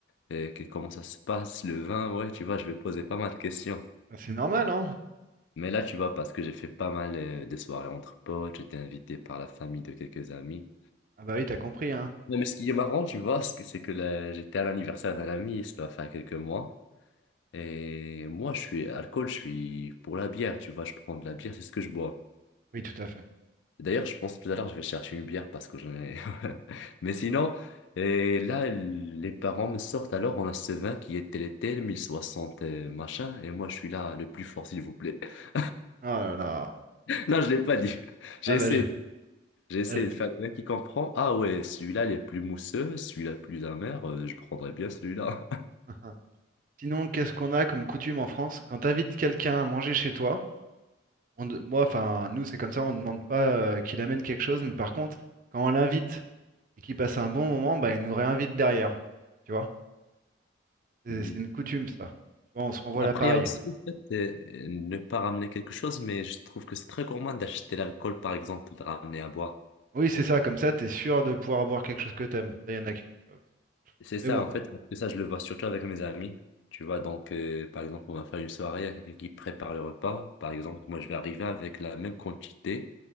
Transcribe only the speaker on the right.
Ah, C'est normal, hein?
Ah bah oui, t'as compris, hein? maintenant.
Oui, tout à fait.
Oh là là.
Ah
bah j'ai.
ah, j'ai-
<laughs> Sinon, qu'est-ce qu'on a comme coutume en France? Quand t'invites quelqu'un à manger chez toi, on de- moi, enfin, nous, c'est comme ça, on ne demande pas euh, qu'il amène quelque chose, mais par contre, quand on l'invite et qu'il passe un bon moment, bah, il nous réinvite derrière. Tu vois? C'est
c'est une coutume, ça. Tu vois, on se renvoie
l'appareil.
Oui, c'est ça, comme ça, t'es sûr de pouvoir boire quelque chose que t'aimes. Ça, y en a qui font ça aussi.
Mais bon,